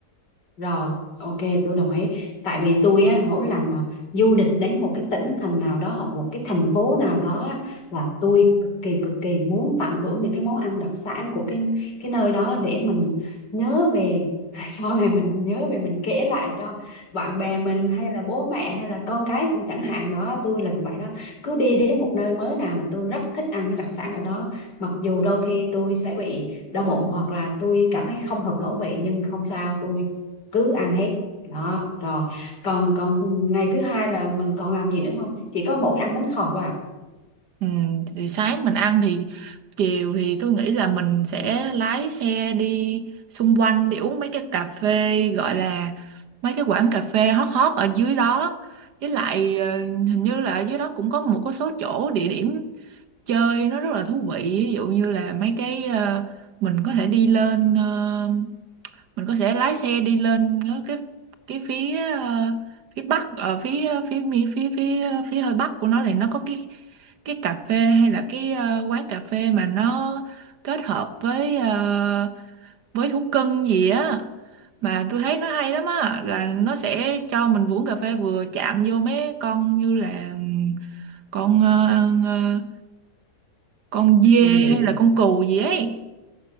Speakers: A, on the left; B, on the right.
A: Rồi, ok, tôi đồng ý. Tại vì tôi á, mỗi lần mà du lịch đến một cái tỉnh thành nào đó hoặc một cái thành phố nào đó á, là tôi cực kỳ cực kỳ muốn tận hưởng những cái món ăn đặc sản của cái cái nơi đó để mình nhớ về <laughs> sau này mình nhớ về mình kể lại cho bạn bè mình hay là bố mẹ hay là con cái cũng chẳng hạn đó tôi là vậy đó cứ đi đến một nơi mới nào là tôi rất thích ăn cái đặc sản ở đó mặc dù đôi khi tôi sẽ bị đau bụng hoặc là tôi cảm thấy không hợp khẩu vị nhưng không sao tôi cứ ăn hết đó rồi còn còn ngày thứ hai là mình còn làm gì nữa không chỉ có mỗi ăn bánh khọt thôi à
B: Ừ, thì sáng mình ăn thì chiều thì tôi nghĩ là mình sẽ lái xe đi xung quanh đi uống mấy cái cà phê gọi là mấy cái quán cà phê hot hot ở dưới đó với lại ờ, hình như là ở dưới đó cũng có một cái số chỗ địa điểm chơi nó rất là thú vị ví dụ như là mấy cái ờ, mình có thể đi lên ờ, mình có thể lái xe đi lên ờ, cái cái phía ờ, phía bắc ở phía ờ, phía mi- phía phía ờ, phía hơi bắc của nó thì nó có cái cái cà phê hay là cái ờ, quán cà phê mà nó kết hợp với ờ, với thú cưng gì á mà tôi thấy nó hay lắm á là nó sẽ cho mình uống cà phê vừa chạm vô mấy con như là con ờ, ờ, con dê
A: không gì
B: hay là con cừu gì ấy